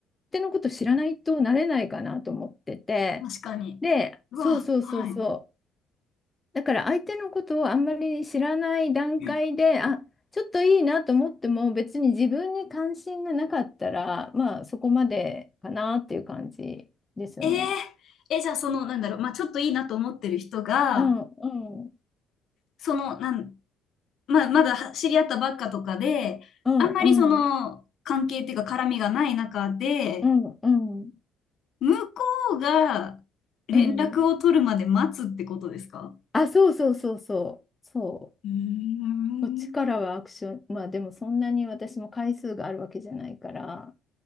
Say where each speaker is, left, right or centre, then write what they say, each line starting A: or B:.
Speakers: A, on the left (about 20°); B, on the left (about 60°).
A: 手のこと知らないとなれないかなと思ってて、
B: 確かに。
A: で、
B: うわ、
A: そうそうそうそう。
B: はい。
A: だから相手のことをあんまり知らない段階で、
B: うん
A: あ、ちょっといいなと思っても別に自分に関心がなかったら、まあそこまでかなっていう感じですよね。
B: えー、え、じゃあその、なんだろう、まあちょっといいなと思ってる人が、
A: うんうん
B: その、なん、まあまだは知り合ったばっかとかで、
A: うんうん
B: あんまりその、関係っていうか絡みがない中で、
A: うんうん
B: 向こうが連絡を取るまで待つってことですか
A: うんあそうそうそうそうそう
B: うーん。
A: こっちからはアクションまあでもそんなに私も回数があるわけじゃないから